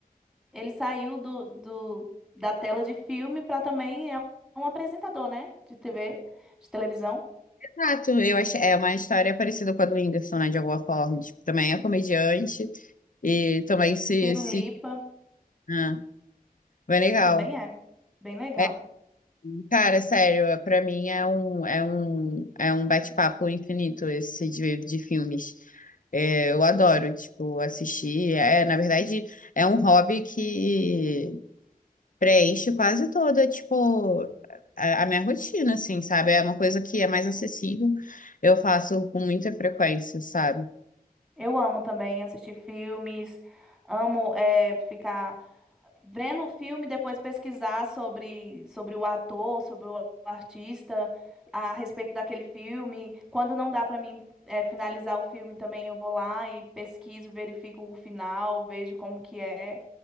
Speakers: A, in the centre; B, on the left.
A: ele saiu do, do, da tela de filme para também é um apresentador, né, de TV, de televisão.
B: Exato, eu acho, é uma história parecida com a do Whindersson, né? De alguma forma. Tipo, também é comediante e também se.
A: Tiro
B: se...
A: Lipa
B: Ah, bem legal.
A: também é bem legal.
B: É, Cara, sério, pra mim é um, é um, é um bate-papo infinito esse de, de filmes. É, eu adoro, tipo, assistir. É, na verdade, é um hobby que preenche quase toda, tipo, a, a minha rotina, assim, sabe? É uma coisa que é mais acessível. Eu faço com muita frequência, sabe?
A: Eu amo também assistir filmes, amo é, ficar vendo o filme, depois pesquisar sobre, sobre o ator, sobre o artista, a respeito daquele filme. Quando não dá para mim é, finalizar o filme também, eu vou lá e pesquiso, verifico o final, vejo como que é.